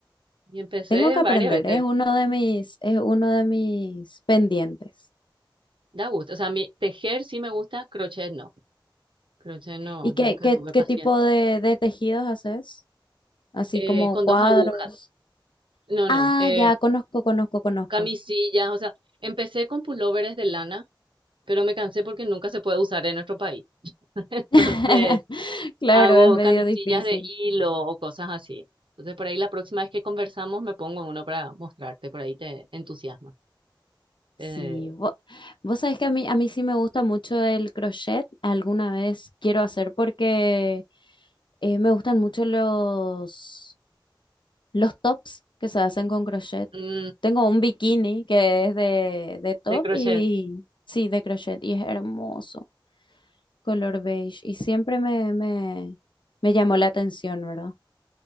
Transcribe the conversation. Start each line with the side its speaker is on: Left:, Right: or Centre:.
Right: Y empecé
Left: Tengo que
Right: varias
Left: aprender,
Right: veces.
Left: es uno de mis, es uno de mis pendientes.
Right: Da gusto. O sea, a mí tejer sí me gusta, crochet no. Crochet no,
Left: ¿Y
Right: nunca
Left: qué, qué,
Right: tuve
Left: qué
Right: paciencia.
Left: tipo de, de tejidos haces? Así
Right: Eh,
Left: como
Right: con
Left: cuadros.
Right: dos agujas. No,
Left: Ah,
Right: no. Eh,
Left: ya conozco, conozco, conozco.
Right: camisillas, o sea, empecé con pulóveres de lana, pero me cansé porque nunca se puede usar en nuestro país. <laughs> Entonces,
Left: <laughs> Claro,
Right: hago
Left: es medio
Right: camisillas
Left: difícil.
Right: de hilo o cosas así. Entonces, por ahí la próxima vez que conversamos me pongo uno para mostrarte, por ahí te entusiasma. Eh,
Left: Sí, vo- vos, sabés que a mí, a mí sí me gusta mucho el crochet, alguna vez quiero hacer porque eh, me gustan mucho los, Los tops que se hacen con crochet.
Right: mm,
Left: Tengo un bikini que es de, de top
Right: de crochet.
Left: y sí, de crochet y es hermoso, color beige. Y siempre me, me, me llamó la atención, ¿verdad?